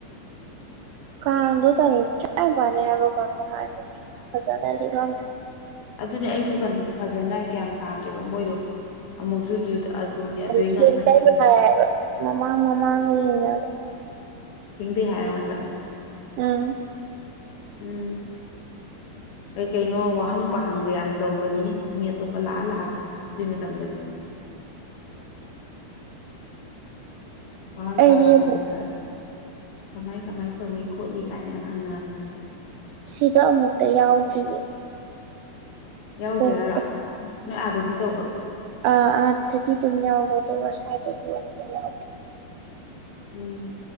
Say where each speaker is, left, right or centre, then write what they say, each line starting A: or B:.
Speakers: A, on the right; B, on the left.
A: ꯀꯥꯟꯗ ꯇ ꯀꯌꯥ ꯄꯅꯦ ꯍꯥꯏꯔ ꯀ ꯍꯥꯔꯅꯤ ꯍꯖꯗꯤꯗ
B: ꯑꯗꯨꯅꯦ ꯑꯩꯁꯨ ꯐꯖꯅ ꯒ꯭ꯌꯥꯟ ꯇꯥꯗ꯭ꯔꯦꯕ ꯃꯣꯏꯗꯣ ꯑꯃꯨꯛꯁꯨ ꯑꯗꯨꯅꯤ ꯑꯗꯨꯏ
A: ꯊꯦꯡ
B: ꯉꯟꯈꯠꯀꯅꯤ
A: ꯇꯩ ꯍꯥꯏꯌꯦꯕ ꯃꯃꯥꯡ ꯃꯃꯥꯡꯒ ꯌꯦꯡꯉ
B: ꯍꯡꯗ ꯍꯥꯏꯔꯣ ꯍꯟꯗꯛ
A: ꯎꯝ
B: ꯎꯝ ꯀꯩ ꯀꯩꯅꯣ ꯋꯥꯍꯪ ꯄꯥꯍꯪꯒ ꯌꯥꯝ ꯇꯧꯕꯅꯤꯅꯦ ꯃꯤ ꯑꯇꯣꯞꯄ ꯂꯥꯛꯑ ꯂꯥꯛꯑꯒ ꯑꯗꯨꯒꯤ ꯃꯇꯝꯗꯗꯤ <unintelligible> ꯋꯥꯥꯡ
A: ꯑꯩꯗꯤ
B: ꯄꯃꯦ
A: ꯑꯃꯨꯛ
B: ꯀꯃꯥꯏ ꯀꯃꯥꯏ ꯇꯧꯏ ꯈꯣꯠꯂꯤ ꯀꯥꯏꯅ ꯍꯪꯅꯃꯤ
A: ꯁꯤꯗ ꯑꯃꯨꯛꯇ ꯌꯥꯎꯗ꯭ꯔꯤꯌꯦ
B: ꯌꯥꯎꯗ꯭ꯔꯦ
A: ꯄꯣꯛꯄ
B: ꯍꯥꯏꯔ ꯅꯣꯏ ꯑꯥꯗꯗꯤ ꯇꯧꯕ꯭ꯔꯣ
A: ꯑ ꯑ ꯊꯗꯤ ꯇꯝ ꯌꯥꯕꯣ ꯇꯕ ꯁꯏꯗꯗꯤ ꯑꯣꯗ ꯌꯥ
B: ꯎꯝ